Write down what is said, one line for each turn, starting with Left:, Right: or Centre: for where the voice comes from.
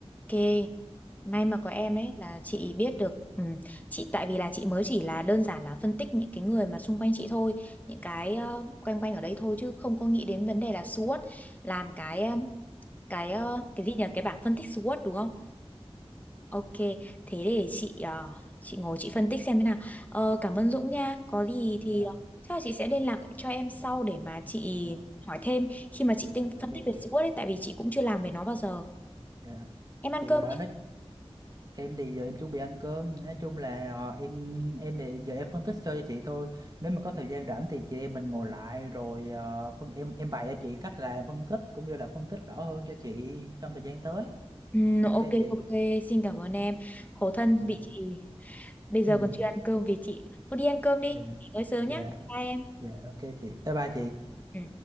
Left: ok. May mà có em
Right: dạ
Left: đấy là chị biết được ừ, chị tại vì là chị mới chỉ là đơn giản là phân tích những cái người mà xung quanh chị thôi, những cái ờ, quanh quanh ở đây thôi chứ không có nghĩ đến vấn đề là SWOT làm cái ờ, cái ờ, cái gì nhỉ, cái bảng phân tích SWOT đúng không? Ok, thế để chị ờ, chị ngồi chị phân tích xem thế nào. Ờ, cảm ơn Dũng nha. Có gì
Right: dạ
Left: thì ờ, chắc là chị sẽ liên lạc cho em sau để mà chị
Right: dạ dạ ok
Left: hỏi thêm khi mà chị tinh
Right: dạ, ok
Left: phân tích về
Right: chị
Left: SWOT ấy tại vì chị cũng chưa làm về nó bao giờ.
Right: dạ
Left: Em ăn
Right: thì
Left: cơm
Right: ờ,
Left: chưa?
Right: nói em thì giờ em chuẩn bị ăn cơm nói chung là ờ, em em thì giờ em phân tích sơ cho chị thôi nếu mà có thời gian rảnh thì chị em mình ngồi lại rồi ờ, phân em em bày cho chị cách làm phân tích cũng như là phân tích rõ hơn cho chị trong thời gian tới
Left: Ừm,
Right: ok
Left: ok,
Right: chị
Left: ok, xin cảm ơn em. Khổ thân
Right: dạ
Left: bị chị
Right: <laughs>
Left: bây giờ
Right: Ừ.
Left: còn chưa ăn cơm vì chị. Cô đi ăn cơm đi,
Right: dạ
Left: nghỉ ngơi sớm
Right: dạ
Left: nhá. Bye em.
Right: dạ ok chị bye bye chị
Left: Ừ.